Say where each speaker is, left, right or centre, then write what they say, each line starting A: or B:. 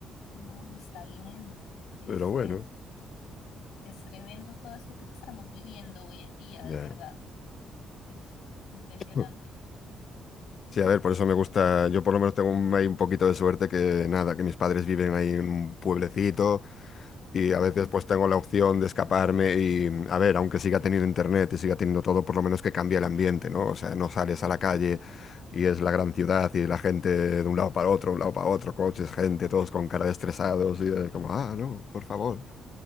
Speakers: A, on the left (about 85°); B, on the left (about 50°).
A: no, no está bien. Es,
B: Pero bueno,
A: es, es tremendo todo esto que estamos viviendo hoy en día,
B: ya.
A: de verdad. Es impresionante.
B: mm. Sí, a ver, por eso me gusta, yo por lo menos tengo un, hay un poquito de suerte que nada, que mis padres viven ahí en un pueblecito y
A: Ujú.
B: a veces pues tengo la opción de escaparme y a ver, aunque siga teniendo internet y siga teniendo todo, por lo menos que cambie el ambiente, ¿no? O sea, no sales a la calle y es la gran ciudad y la gente de un lado para otro, un lado para otro, coches, gente, todos con cara de estresados y eh, como, ah, no, por favor.